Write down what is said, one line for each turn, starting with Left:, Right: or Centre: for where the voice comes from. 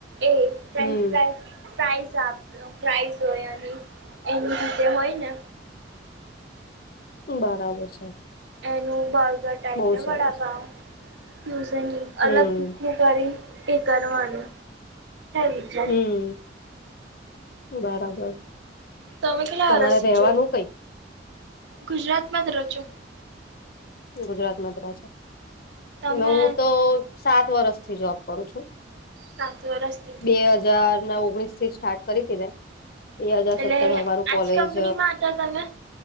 Right: એ ફન્
Left: હમ
Right: પ્ર પ્રાાઈઝ આપ્યો પ્રાઈઝ હોય એની રીતે હોય ને
Left: બરાબર છે.
Right: એનું બર્ગર ટાઈપ
Left: બહુ
Right: ને
Left: સરસ
Right: વડા પાઉ ઝ ન
Left: હમ
Right: અલગ રીત નનું કરીે એ કરવાનું વિચાર
Left: હમ
Right: છે.
Left: બરાબર
Right: તમે કેટલા
Left: તમારે
Right: વરસથી
Left: રહેેવાનું
Right: છો
Left: કઈ
Right: ગુજરાતમાં જ રહો
Left: ગુજરાતમાં છે.
Right: તમે
Left: ન હું તો સાત વર્ષ થી જોબ કરું છું.
Right: સાત વરસથી.
Left: બે હજાર ના ઓગણીસ થી સ્ટાર્ટ કરી હતી મેં. બે હાજર
Right: એટલે
Left: સત્તરમાં મારું
Right: આજ
Left: કોલેજ
Right: કંપનીમાં હતા તમે